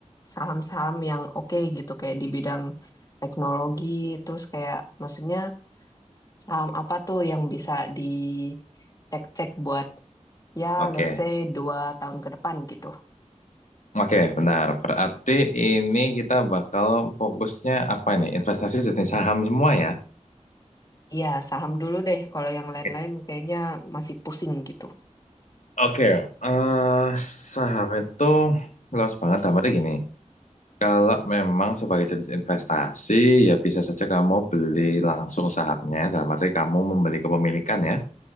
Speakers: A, on the left (about 30°); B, on the left (about 70°).
A: saham-saham yang oke gitu kayak di bidang teknologi terus kayak maksudnya saham apa tuh yang bisa dicek-cek buat ya
B: Oke,
A: let's say dua tahun ke depan gitu.
B: Oke, benar. Berarti ini kita bakal fokusnya apa nih? Investasi jenis saham semua ya?
A: Iya saham dulu deh kalau yang
B: Oke,
A: lain-lain kayaknya masih pusing gitu.
B: eh, saham itu luas banget. Tapi gini, kalau memang sebagai jenis investasi, ya bisa saja kamu beli langsung sahamnya. Dalam arti kamu membeli kepemilikan ya.